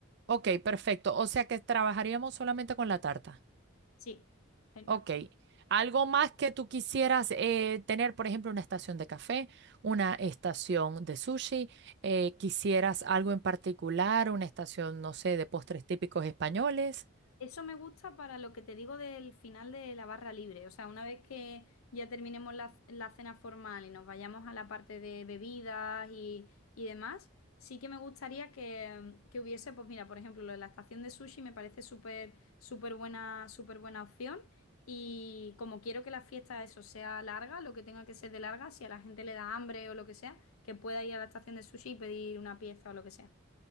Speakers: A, on the right; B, on the left.
A: ok, perfecto. O sea que trabajaríamos solamente con la tarta.
B: Sí, genial.
A: Ok. ¿Algo más que tú quisieras eh, tener, por ejemplo, una estación de café, una estación de sushi? eh, ¿quisieras algo en particular, una estación, no sé, de postres típicos españoles?
B: Eso me gusta para lo que te digo del final de la barra libre. O sea, una vez que ya terminemos la, la cena formal y nos vayamos a la parte de bebidas y, y demás, sí que me gustaría que, que hubiese, pues mira, por ejemplo, lo de la estación de sushi me parece súper, súper buena, súper buena opción. Y como quiero que la fiesta eso sea larga, lo que tenga que ser de larga, si a la gente le da hambre o lo que sea, que pueda ir a la estación de sushi y pedir una pieza o lo que sea.